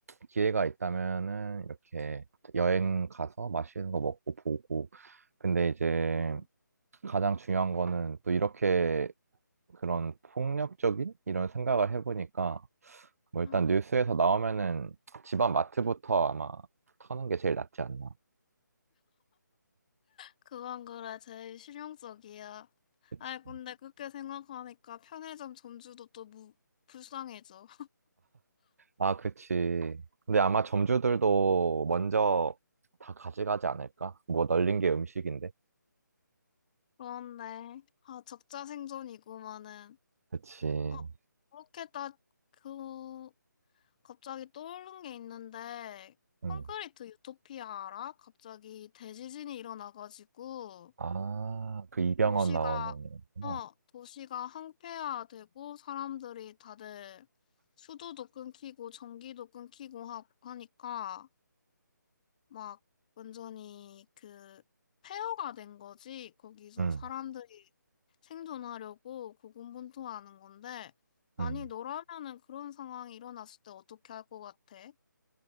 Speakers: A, on the right (about 50°); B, on the left (about 25°).
A: 기회가 있다면은 이렇게 여행 가서 맛있는 거 먹고 보고. 근데 이제
B: 응
A: 가장 중요한 거는 또 이렇게 그런 폭력적인 이런 생각을 해보니까 뭐 일단
B: 응
A: 뉴스에서 나오면은 집안 마트부터 아마 터는 게 제일 낫지 않나.
B: 그건 그래, 제일 실용적이야.
A: 그치?
B: 아니, 근데 그렇게 생각하니까 편의점 점주도 또 무, 불쌍해져.
A: 아, 그치. 근데 아마 점주들도 먼저 다 가져가지 않을까? 뭐 널린 게 음식인데.
B: 그런데, 아, 적자생존이구만은.
A: 그치.
B: 어, 그렇게 딱, 그, 갑자기 떠오른 게 있는데,
A: 음.
B: 콘크리트 유토피아 알아? 갑자기 대지진이 일어나가지고,
A: 아, 그 이병헌
B: 도시가,
A: 나오는 거구나.
B: 어, 도시가 항폐화되고, 사람들이 다들 수도도 끊기고, 전기도 끊기고 하, 하니까, 막 완전히 그 폐허가 된 거지. 거기서
A: 음,
B: 사람들이 생존하려고 고군분투하는 건데, 만약
A: 음.
B: 너라면은 그런 상황이 일어났을 때 어떻게 할 것 같아?